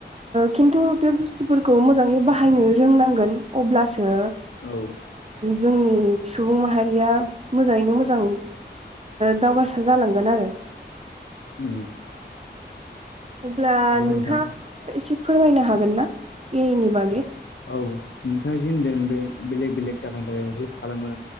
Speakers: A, on the right; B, on the left.
A: खिन्थु बे बुस्थुफोरखौ मोंजाङै बाहायनो रोंनांगोन अब्लासो
B: औव
A: जोंनि सुबुं माहारिया मोजांङैनो मोजां दावगारसा जालांगोन आरो।
B: उ
A: अब्ला नोंथांङाबो
B: नोंथां
A: एसे फोरमायनो हागोन ना एनि बागै?
B: औव नोंथांङा जि होनदों बे बेलेग बेलेग थाखानि थाखाय हेल्प खालामो